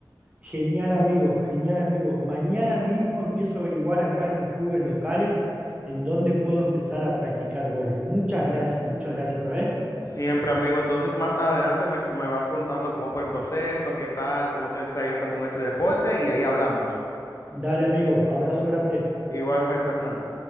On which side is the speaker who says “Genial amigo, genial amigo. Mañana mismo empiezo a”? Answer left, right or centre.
Right